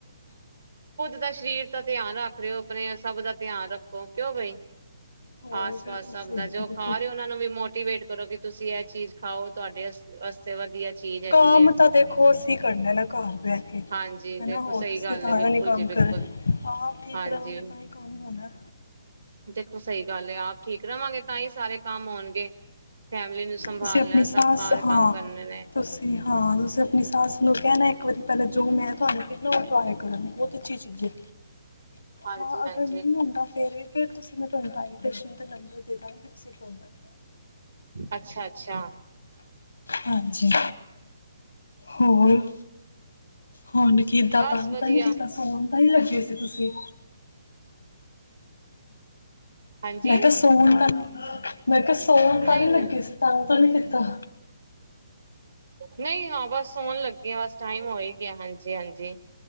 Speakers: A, on the right; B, on the left.
A: ਆਪ ਦਾ ਸਰੀਰ ਦਾ ਧਿਆਨ ਰੱਖ ਰਹੇ ਹੋ, ਆਪਣੇ ਸਭ ਦਾ ਧਿਆਨ ਰੱਖੋ, ਕਿਉਂ ਬਾਈ।
B: ਹੋਰ
A: ਆਸ-ਪਾਸ
B: ਬਿਲਕੁਲ
A: ਸਭ
B: ਸਹੀ
A: ਦਾ, ਜੋ
B: ਹੈ ਦੇਖੋ
A: ਖਾ, ਰਹੇ ਉਹਨਾ ਨੂੰ ਵੀ ਮੋਟੀਵੇਟ ਕਰੋ ਕਿ, ਤੁਸੀਂ ਇਹ ਚੀਜ਼ ਖਾਓ, ਤੁਹਾਡੇ ਆਸਤੇ ਵਧੀਆ। ਚੀਜ਼ ਹੈਗੀ
B: ਕਾਮ
A: ਹੈ
B: ਤਾਂ ਦੇਖੋ, ਅਸੀਂ ਕਰਨੈਣਾ ਘਰ ਬਹਿ ਕੇ,
A: ਹਾਂਜੀ
B: ਹਨਾ
A: ਦੇਖੋ
B: ਹੋਰ
A: ਸਹੀ
B: ਕਿਸੇੇ
A: ਗੱਲ
B: ਤਾਂ
A: ਹੈ ਬਿਲਕੁਲ
B: ਨੀ, ਕੰਮ
A: ਜੀ ਬਿਲਕੁਲ
B: ਕਰੇ ਆਪ ਠੀਕ
A: ਹਾਂਜੀ
B: ਰਹਾਂਗੇ, ਤਾਂ ਹੀ ਕੰਮ ਹੋਣਾ।
A: ਦੇਖੋ ਸਹੀ ਗੱਲ ਐ, ਆਪ ਠੀਕ ਰਵਾਂਗੇ, ਤਾਂਹੀ ਸਾਰੇ ਕੰਮ ਹੋਣਗੇ। ਫੈਮਲੀ ਨੂੰ ਸੰਭਾਲਣਾ,
B: ਤੁਸੀਂ ਆਪਣੀ ਸੱਸ
A: ਸਭ ਕਾਰ,
B: ਹਾਂ
A: ਕੰਮ ਕਰਨੇ ਨੇ।
B: ਤੁਸੀਂ ਹਾਂ, ਤੁਸੀਂ ਆਪਣੀ ਸਾਸ ਨੂੰ ਕਹਿਣਾ ਇੱਕ ਵਾਰੀ ਪਹਲੇ ਜੋ, ਮੈਂ, ਤਵਾਨੁ ਕੈਨੀ, ਫਿਰਨਾ ਓ, ਟ੍ਰਾਈ ਕਰਣ ਬਹੁਤ ਅੱਛੀ ਚੀਜ਼ ਹੈ।
A: ਹਾਂਜੀ
B: ਹਾਂ, ਅਗਰ
A: ਹਾਂਜੀ
B: ਨਹੀਂ ਹੁੰਦਾ ਫੇਰ, ਵੀ ਫਿਰ, ਤੁਸੀਂ ਮੈਂ ਤੁਹਾਨੂੰ, ਆਈਟਸ਼ਨ ਦਾ ਨੰਬਰ ਦਾਗੀ ਤੁਸੀਂ ਫੋ
A: ਅੱਛਾ- ਅੱਛਾ।
B: ਹਾਂਜੀ। ਹੋਰ? ਹੁਣ ਕਿਦਾਂ
A: ਬਸ
B: ਤਾਂਗ
A: ਵਧੀਆ
B: ਤਾਂ ਨੀ ਕੀਤਾ, ਸੋਣ ਤਾਂ ਨੀ ਲੱਗੇ ਸੀ, ਤੁਸੀਂ
A: ਹਾਂਜੀ
B: ਮੈਂ ਕਿਹਾ, ਸੋਣ ਤਾਂ ਹੰ ਮੈਂ ਕਿਹਾ, ਸੋਣ ਤਾਂ
A: ਨਹੀਂ
B: ਨੀ ਲੱਗੇ
A: ਨਹੀਂ
B: ਸੀ, ਤਾਂ ਤਨੇ ਕਿਤਾ
A: ਨਹੀਂ, ਹਾਂ ਬਸ। ਸੋਣ ਲੱਗੇ ਆ, ਬਸ ਟਾਈਮ ਹੋ, ਹੀ ਗਿਆ ਹਾਂਜੀ- ਹਾਂਜੀ।